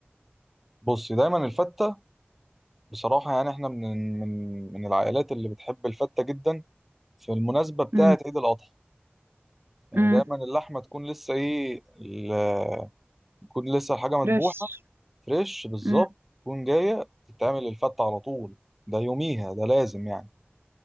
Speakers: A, in the centre; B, on the right (about 65°).
A: بصي دايما الفتة بصراحة يعني احنا من من من العائلات اللي بتحب الفتة جدا في المناسبة بتاعة
B: امم
A: عيد الأضحى يعني
B: امم
A: دايما اللحمة تكون لسه ايه ال- تكون لسه الحاجة مذبوحة
B: فريش
A: فريش بالظبط
B: امم
A: تكون جاية تتعمل الفتة على طول ده يوميها ده لازم يعني